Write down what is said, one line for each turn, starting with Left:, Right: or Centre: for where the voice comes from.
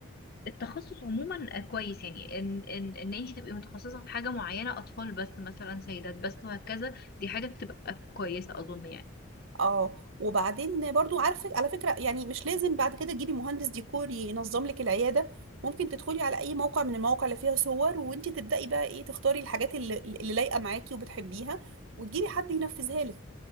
Left: التخصص عموما كويس يعني ان ان ان انت تبقي متخصصه في حاجه معينه اطفال بس مثلا سيدات بس وهكذا دي حاجه بتبقى كويسه اظن يعني
Right: اه وبعدين برضو عارفه على فكره يعني مش لازم بعد كده تجيبي مهندس ديكور ينظم لك العياده ممكن تدخلي على اي موقع من المواقع اللي فيها صور وانت تبداي بقى ايه تختاري الحاجات اللي, اللي لايقه معاكي وبتحبيها وتجيبي حد ينفذها لك